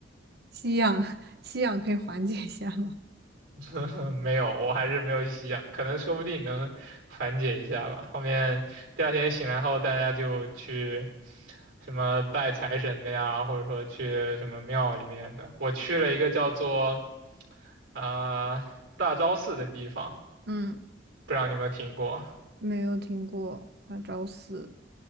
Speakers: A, on the right; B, on the right.
A: 吸氧，<laughs> 吸氧可以缓解一下吗？
B: 嗯，没有，我还是没有吸氧，可能说不定能缓解一下吧。后面第二天醒来后，大家就去。什么拜财神的呀，或者说去什么庙里面的。我去了一个叫做啊、大昭寺的地方，
A: 嗯，
B: 不知道你有没有听过，
A: 没有听过啊，找死。